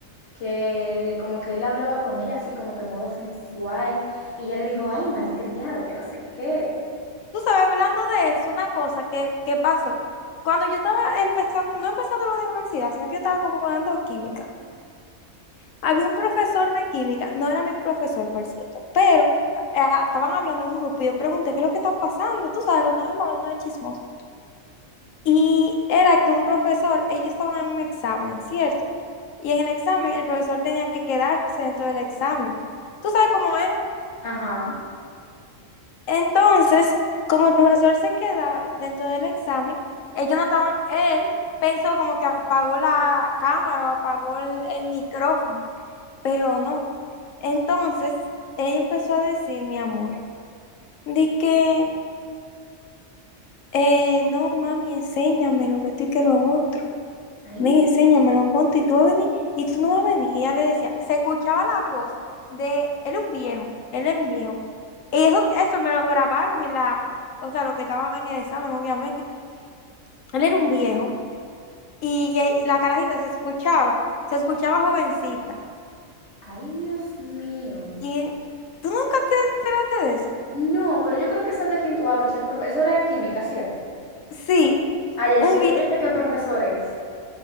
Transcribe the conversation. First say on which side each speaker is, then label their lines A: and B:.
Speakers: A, on the left (about 55°); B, on the left (about 75°).
A: que le, como que él hablaba con ella así como que en modo sensual y ella le dijo, ay, malcriado, que no sé qué.
B: Tú sabes, hablando de eso, una cosa que, que pasó. Cuando yo estaba empezando, no empezando la universidad, sino que yo estaba como dando química, había un profesor de química, no era mi profesor, por cierto, pero eh, estaban hablando en un grupo y yo pregunté, ¿qué es lo que está pasando? Tú sabes, lo normal, no es chismoso. Y era que un profesor, ellos estaban en un examen, ¿cierto? Y en el examen, el profesor tenía que quedarse dentro del examen. Tú sabes cómo era.
A: Ajá.
B: Entonces, como el profesor se queda dentro del examen, ellos no estaban, él pensó como que apagó la cámara o apagó el, el micrófono, pero no. Entonces, ella empezó a decir, mi amor, di que, eh, no, mami, enséñame lo que estoy que lo otro.
A: Ay,
B: ven,
A: mi,
B: enséñamelo, ponte, y tú vas a venir, y tú no vas a venir. Y ella le decía, se escuchaba la voz de, él era un viejo, él era un viejo. Y eso, eso me lo grabaron en la, o sea, lo que estaban en el examen, obviamente. Él era un viejo, y eh, la carajita se escuchaba, se escuchaba jovencita.
A: ay, Dios mío.
B: Y él, ¿tú nunca te enteraste de eso?
A: No, pero yo creo que esa de quien tú hablas, el profesor era química, ¿cierto?
B: Sí,
A: Ay, ya
B: un
A: yo sé,
B: viejo.
A: yo ya sé qué profesor es,